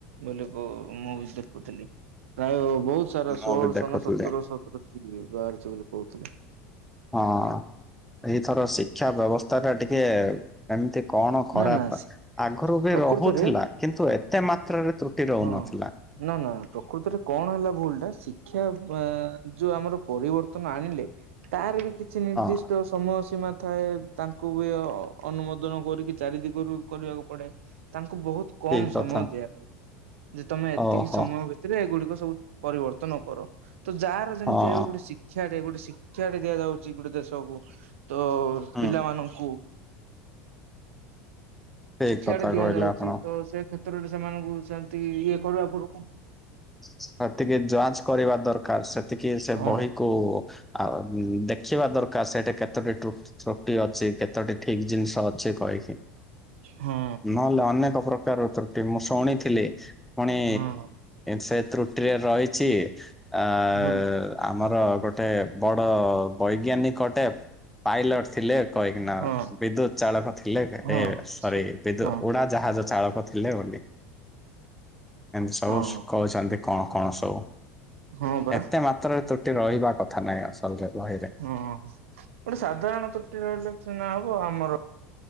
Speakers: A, on the right; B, in the centre.
A: ବୋଲିକୁ ମୁଁ ବି ଦେଖୁଥିଲି ପ୍ରାୟ ବହୁତ ସାରା
B: ମୁଁ
A: ଷୋହଳ
B: ବି ଦେଖୁଥିଲି
A: ଶନ ସତର ସତର ବାହାରିଚି ବୋଲି କହୁଥିଲେ।
B: ହଁ ଏଇଥର ଶିକ୍ଷା ବ୍ୟବସ୍ଥା ଟା ଟିକେ ଏମିତି କଣ ଖରାପ
A: ନା ନା
B: ଆଗରୁ ବି
A: ପ୍ରକୃତରେ
B: ରହୁଥିଲା କିନ୍ତୁ ଏତେ ମାତ୍ରାରେ ତ୍ରୁଟି ରୋହୁନଥିଲା।
A: ହଁ ନା ନା ପ୍ରକୃତରେ କଣ ହେଲା ଭୁଲ ଶିକ୍ଷା ଯୋଉ ଆମର ପରିବର୍ତ୍ତନ ଆଣିଲେ ତାର ବି କିଛି ନିର୍ଦ୍ଦିଷ୍ଟ
B: ହଁ
A: ସମୟ ସୀମା ଥାଏ ତାଙ୍କୁ ବି ଅନୁମତି କରିକି ଚାରି ଦିଗରୁ କରିବାକୁ ପଡେ ତାଙ୍କ ବହୁତ କମ
B: ଠିକ
A: ସମୟ
B: କଥା
A: ଦିଆଗଲା ଯେ ତମେ ଏତିକି
B: ଓହୋ
A: ସମୟ ଭିତରେ ଏଗୁଡିକ ସବୁ ପରିବର୍ତ୍ତନ କର ତ ଯାହାର ଯେମିତି
B: ହଁ
A: ଏ ଗୋଟେ ଶିକ୍ଷାେ ଗୋଟେ ଶିକ୍ଷା ଦିଆଯାଉଚି ଗୋଟେ ଦେଶକୁ ତ
B: ହୁଁ
A: ପିଲାମାନଙ୍କୁ
B: ଠିକ
A: ଶିକ୍ଷା
B: କଥା
A: ଟା ଦିଆଯାଉଚି
B: କହିଲେ ଆପଣ।
A: ତ ସେ କ୍ଷେତ୍ରରେ ସେମାନଙ୍କୁ ସେମିତି ଇଏ କରିବା ପଡ
B: ସେତିକି ଯାଞ୍ଚ କରିବା ଦରକାର ସେତିକି ସେ
A: ହଁ
B: ବହିକୁ ଆଉ ଦେଖିବା ଦରକାର ସେଠି କେତୋଟି ଅଛି କେତୋଟି ଠିକ ଜିନିଷ ଅଛି କହିକି
A: ହଁ
B: ନହେଲେ ଅନେକ ପ୍ରକାରର ତ୍ରୁଟି ମୁଁ ଶୁଣିଥିଲି ପୁଣି
A: ହଁ
B: ସେ ତ୍ରୁଟିରେ ରହିଛି ଆ
A: ହଁ
B: ଆମର ଗୋଟେ ବଡ ବୈଜ୍ଞାନିକଟେ ପାଇଲଟ ଥିଲେ କହିକି ନା
A: ହଁ
B: ବିଦ୍ୟୁତ ଚାଳକ ଥିଲେ
A: ହଁ
B: ଏ ସରି ବିଦ୍ୟୁ
A: ହଁ
B: ଉଡା ଜାହାଜ ଚାଳକ ଥିଲେ ବୋଲି। ଏମତି ସବୁ
A: ହଁ
B: କହୁଚନ୍ତି କଣ କଣ ସବୁ
A: ହଁ ପରା
B: ଏତେ ମାତ୍ର ତ୍ରୁଟି ରହିବା କଥା ନ ନାହିଁ ଅସଲରେ ବହିରେ
A: ହଁ ଗୋଟେ ସାଧାରଣ ତ୍ରୁଟି ରହିଲେ କିନା ହବ ଆମର